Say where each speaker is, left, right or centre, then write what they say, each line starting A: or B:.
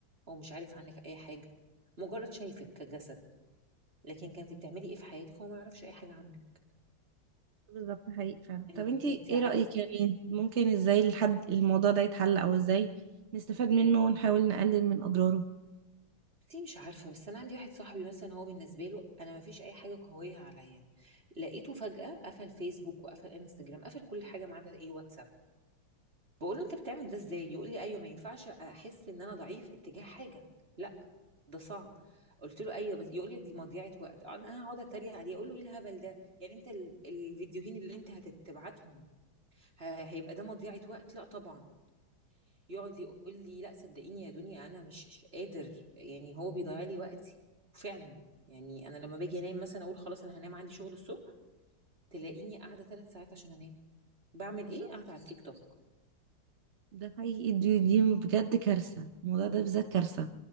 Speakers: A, on the right (about 30°); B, on the right (about 50°).
A: هو مش عارف عنك اي حاجه مجرد شايفك كجسد لكن كنت بتعملي ايه في حياتك هو ما يعرفش اي حاجه عنك
B: بالظبط حقيقي فعلا طب
A: إن-
B: انتي
A: انت
B: ايه
A: عارفه
B: رأيك يعني ممكن ازاي الحد الموضوع ده يتحل او ازاي نستفاد منه ونحاول نقلل من اضراره
A: بصي مش عارفه بس انا عندي واحد صاحبي مثلا هو بالنسبه له انا ما فيش اي حاجه قويه عليا لقيته فجاه قفل فيسبوك وقفل انستجرام قفل كل حاجه ما عدا ايه واتساب بقول له انت بتعمل ده ازاي يقول لي ايوه ما ينفعش احس ان انا ضعيف اتجاه حاجه لا ده صعب قلت له ايوه بس يقول لي دي مضيعه وقت أقعد- انا هقعد اتريق عليه اقول له ايه الهبل ده يعني انت ال- الفيديوهين اللي انت هتتبعتهم ه- هيبقى ده مضيعه وقت لا طبعا يقعد يقول لي لا صدقيني يا دنيا انا مش مش قادر يعني هو بيضيع لي وقتي وفعلا يعني انا لما باجي انام مثلا اقول خلاص انا هنام عندي شغل الصبح تلاقيني قاعده ثلاث ساعات عشان انام بعمل
B: بالظبط
A: ايه قاعده على التيك توك
B: ده حقيقي دي دي بجد كارثة الموضوع ده بالذات كارثة